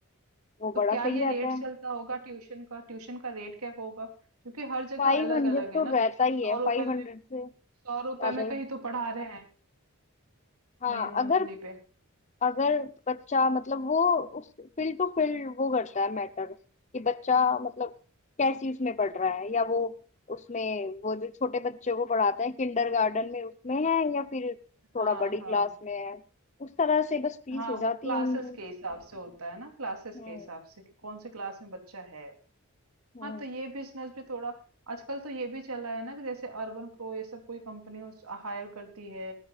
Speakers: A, on the left; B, on the right.
A: वो
B: तो
A: बड़ा
B: क्या
A: सही
B: ये
A: रहता
B: रेट
A: है
B: चलता होगा ट्यूशन का ट्यूशन का रेट क्या होगा क्योंकि हर जगह
A: फाइव
B: अलग
A: हंड्रेड
B: अलग
A: तो
B: है ना
A: रहता
B: कहीं
A: ही
B: तो सौ
A: है फाइव
B: रुपए
A: हंड्रेड
B: में
A: से
B: सौ
A: ज्यादा
B: रुपए में
A: है
B: कहीं तो पढ़ा रहे हैं
A: हाँ
B: मही
A: अगर
B: मंथली पे
A: अगर बच्चा मतलब वो उस फील्ड टू फील्ड वो करता है मैटर कि बच्चा मतलब कैसी उसमें पढ़ रहा है या वो उसमें वो जो छोटे बच्चों को पढ़ाते हैं किंडरगार्टन में उसमें है या फिर थोड़ा
B: हाँ
A: बड़ी
B: हाँ
A: क्लास में है उस तरह से बस फीस
B: हाँ
A: हो जाती
B: वो क्लासेस
A: है उनकी
B: के हिसाब से होता है ना क्लासेस
A: हम्म
B: के हिसाब से कि कौन से क्लास में बच्चा है
A: हम्म
B: हाँ तो ये बिजनेस भी थोड़ा आजकल तो ये भी चला है ना कि जैसे अर्बन प्रो ये सब कोई कंपनी हायर करती है